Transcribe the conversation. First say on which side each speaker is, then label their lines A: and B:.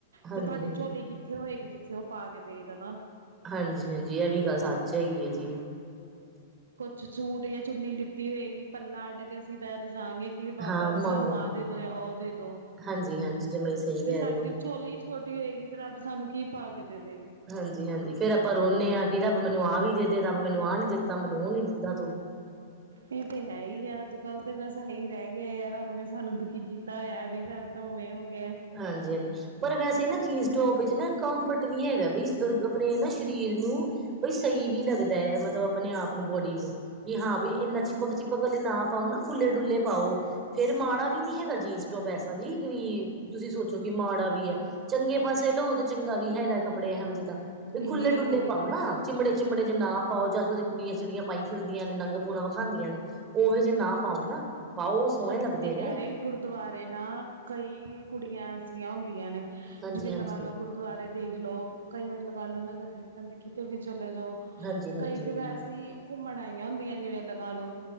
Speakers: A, on the right; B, on the right.
A: ਹਾਂਜੀ
B: ਤੇ ਤੁਹਾਡੀ
A: ਹਾਂਜੀ
B: ਝੋਲੀ ਕਿੱਥੇ ਹੋਏਗੀ ਜਿੱਥੇ ਉਹ ਪਾ ਕੇ ਦੇਏ ਗਾ
A: ਹਾਂਜੀ ਹਾਂਜੀ ਇਹ ਵੀ ਗੱਲ ਸੱਚ ਹੈਗੀ ਹੈ ਜੀ
B: ਚਚੁਰ ਡੇ ਚੁੰਨੀ ਲਿੱਤੀ ਹੋਏਗੀ ਪੱਲਾ ਅੱਡ ਕੇ ਅਸੀਂ ਬਹਿ ਜਾ ਗਏ ਫਿਰ ਬਾਬਾ
A: ਹਾਂ
B: ਜੀ ਸਾਨੂੰ
A: ਮੰਗ
B: ਆਹ
A: ਲਾਂਗੇ
B: ਦੇ ਦੋ ਜਾਂ ਉਹ ਦੇ ਦੋ
A: ਹਾਂਜੀ ਹਾਂਜੀ ਜਮਾ ਹੀ ਸਹੀ ਕਹਿ
B: ਜੇ ਸਾਡੀ
A: ਰਹੇ ਹੋ
B: ਝੋਲੀ ਛੋਟੀ ਹੋਏਗੀ ਤੇ ਰੱਬ ਸਾਨੂੰ ਕੀ ਪਾ ਕੇ ਦੇਵੇ
A: ਹਾਂਜੀ ਹਾਂਜੀ ਫੇਰ ਆਪਾਂ ਰੋਣੇ ਹਾਂ ਕਿ ਰੱਬ ਮੈਨੂੰ ਆਹ ਵੀ ਦੇ ਦੇ ਰਬ ਮੈਨੂੰ ਆਹ ਨੀ ਦਿੱਤਾ ਮੈਨੂੰ ਉਹ ਨੀ ਦਿੱਤਾ ਤੂੰ
B: ਇਹ ਤੇ ਹੈ ਐ ਅੱਜ ਕੱਲ੍ਹ ਤਾਂ ਬਸ ਇਹੀ ਰਹਿ ਗਿਆ ਯਾਰ ਰੱਬ ਨੇ ਸਾਨੂੰ ਦੁਖੀ ਕੀਤਾ ਐਵੇਂ ਕਰਤਾ ਉਵੇਂ ਹੋ ਗਿਆ
A: ਹਾਂਜੀ ਹਾਂਜੀ ਪਰ ਵੈਸੇ ਨਾ ਜੀ ਟੋਪ ਵਿਚ ਨਾ ਕੰਫਰਟ ਵੀ ਹੈਗਾ ਬਈ ਆਪਣੇ ਨਾ ਸਰੀਰ ਨੂੰ ਬਈ ਸਹੀ ਵੀ ਲੱਗਦਾ ਹੈ ਮਤਲਬ ਮਤਲਬ ਆਪਣੇ ਆਪ ਨੂੰ ਬੋਡੀ ਨੂੰ ਕਿ ਹਾਂ ਵੀ ਇੰਨਾ ਚਿਪਕ ਚਿਪਕ ਵਾਲੇ ਨਾ ਪਾਓ ਨਾ ਖੁੱਲੇ ਡੁੱਲੇ ਪਾਓ ਫੇਰ ਮਾੜਾ ਵੀ ਨੀ ਹੈਗਾ ਜੀਨਸ ਟੋਪ ਜੀ ਵੀ ਤੁਸੀਂ ਸੋਚੋ ਕਿ ਮਾੜਾ ਵੀ ਐ ਚੰਗੇ ਪਾਸੇ ਲਓ ਤੇ ਚੰਗਾ ਵੀ ਵੀ ਹੈਗਾ ਕੱਪੜੇ ਇਹੋ ਜਿਹੇ ਤਾਂ ਵੀ
B: ਨਹੀਂ
A: ਖੁੱਲੇ
B: ਨਹੀਂ
A: ਡੁੱਲੇ
B: ਉਹੀ
A: ਪਾਓ ਨਾ ਚਿਮੜੇ ਚਿਮੜੇ ਜੇ ਨਾ ਪਾਓ ਜੈਹੋ ਕੁੜੀਆਂ ਚਿੜੀਆਂ ਪਾਈ ਫਿਰਦੀਆਂ ਨੇ ਨੰਗ ਪੂਣਾ ਵਿਖਾਦੀਆਂ ਨੇ ਉਹ ਵੀ ਜੇ ਨਾ ਪਾਓ ਨਾ ਪਾਓ ਸੋਹਣੇ
B: ਉਹੀ
A: ਲੱਗਦੇ
B: ਤੇ ਕਹਿ
A: ਨੇ
B: ਰਹੇ ਗੁਰਦੁਆਰੇ ਨਾ ਕਈ ਕੁੜੀਆਂ ਐਸੀਆਂ ਹੁੰਦੀਆਂ ਨੇ
A: ਹਾਂਜੀ
B: ਜਿਵੇਂ
A: ਹਾਂਜੀ
B: ਲਗਾ ਲੋ ਗੁਰਦੁਆਰੇ ਦੇਖ ਲੋ ਕਈ ਵਾਰੀ ਲਗਾ ਲੋ ਨਗਰ ਕੀਰਤਨ ਦੇ ਕਿਤੇ ਵੀ ਚਲੇ ਜਾਓ
A: ਹਾਂਜੀ ਹਾਂਜੀ
B: ਕਈ ਤੇ ਵੈਸੇ ਈ ਘੁੰਮਣ ਆਈਆਂ ਹੁੰਦੀਆਂ ਜਿਵੇਂ ਲਗਾ ਲੋ